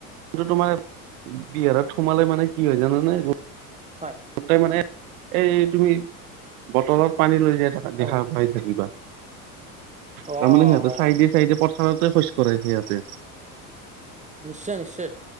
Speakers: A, on the right; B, on the right.
A: সেইটো তোমাৰ বিহাৰত সোমালে মানে কি হয় জানানে
B: হয়।
A: গোটেই মানে এই তুমি বটলত পানী লৈ যাই থাক দেখা
B: অ',
A: পাই থাকিবা,
B: অ',
A: তাৰমানে সিহঁতে
B: হয়
A: চাইডে
B: হয় হয়
A: চাইডে পথ থাৰতে শৌচ কৰে সিহাতে।
B: নিশ্চয়, নিশ্চয়,